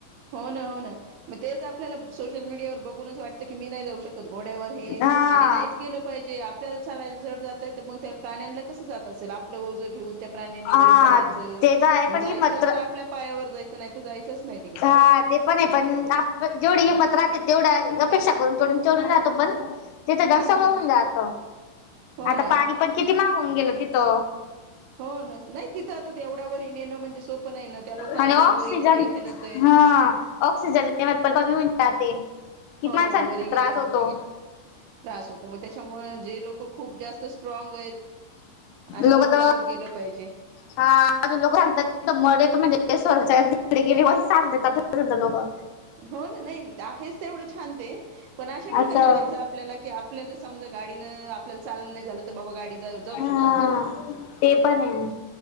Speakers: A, on the right; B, on the left.
A: हो ना हो ना मग तेच आपल्याला सोशल मीडियावर बघूनच वाटतं की मी नाही जाऊ शकत.... घोड्यावर हे
B: हा
A: आणि नाहीच गेलं पाहिजे... आपल्याला चालायला जड जातय तर मग त्या प्राण्यांना कस जात असेल आपलं ओझं घेऊन त्या... प्राण्यांनी
B: हा
A: वरी चढायचं
B: ते तर आहे
A: मग
B: पण ही
A: जायचं
B: मात्र
A: तर आपल्या पायावर जायचं नाही तर जायचंच नाही तिकडे....
B: हा ते पण आहे पण आपण जेवढी हिंमत राहते तेवढा अपेक्षा करून चढून चढून जातो पण... तिथं जाऊन
A: हा
B: सगळं
A: हा हा
B: होऊन जाात
A: हो
B: आता
A: ना
B: पाणी पण किती मागवून गेलं तिथं...
A: हो ना नाही तिथं आता ते एवढ्या वरी नेणं म्हणजे सोपं नाही ना त्या लोकांना
B: आणि ऑक्सिजन
A: पण वरी तेवढी मेहनत आहे.
B: हा ऑक्सिजन लेवल पण कमी होऊन जाते किती
A: हो
B: माणसांना
A: वरी गेल्यामुळे
B: त्रास होतो.
A: त्रास होतो मग त्याच्यामुळे जे लोक खूप जास्त स्ट्रॉंग आहेत अशा
B: लोक....
A: लोकांनीच गेलं पाहिजे
B: हा लोक सांगतात मेत म्हणजे... ते स्वगाच्या तिकडे गेलीं सांगते आ नको...
A: हो ना नाही आहेच ते एवढं छान ते पण अशा ठिकाणी
B: असं
A: जायचं आपल्याला की आपल्याला... समजा गाडीं आपल्याला चाल नाही झा तर बाबा गाडी... जाऊ
B: हा
A: शकते तिथं
B: ते पण आहे